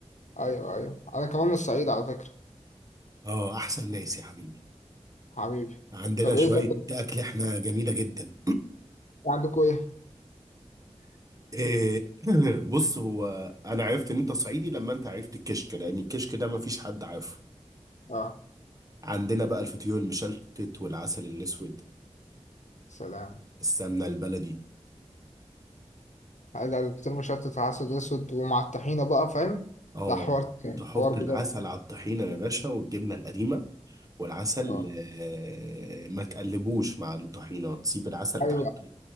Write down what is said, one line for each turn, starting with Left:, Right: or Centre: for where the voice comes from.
Left: ايوه ايوه انا كمان من الصعيد على فكره
Right: اه احسن ناس يا حبيبي
Left: حبيبي
Right: عندنا
Left: طب
Right: شويه
Left: ايه طب
Right: اكل احنا جميله جدا
Left: عندكم ايه
Right: <clears throat> إيه، <clears throat> بص هو انا عرفت ان انت صعيدي لما انت عرفت الكشك لان الكشك ده مفيش حد عارفه
Left: اه
Right: عندنا بقى الفطير المشلتت والعسل الاسود
Left: سلام
Right: السمنه البلدي
Left: هذا الفطير مشلتت على عسل اسود ومع الطحينه بقى فاهم
Right: اه
Left: لا حوار تاني،
Right: تحط
Left: حوار بجد
Right: العسل على الطحينة يا باشا والجبنة القديمة والعسل
Left: اه
Right: آه، ما تقلبوش مع الطحينة تسيب العسل
Left: ايوه
Right: تحت